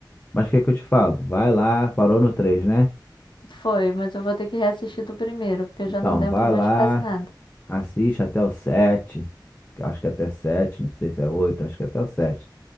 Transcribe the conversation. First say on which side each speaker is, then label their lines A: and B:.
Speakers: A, on the left; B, on the left.
A: mas o que é que eu te falo? Vai lá, parou no 3, né?
B: Foi, mas eu vou ter que reassistir do primeiro, porque eu já
A: Então,
B: não lembro
A: vai
B: mais
A: lá,
B: de quase nada.
A: assiste até o 7. que eu acho que é até 7, não sei se é 8. acho que é até o 7.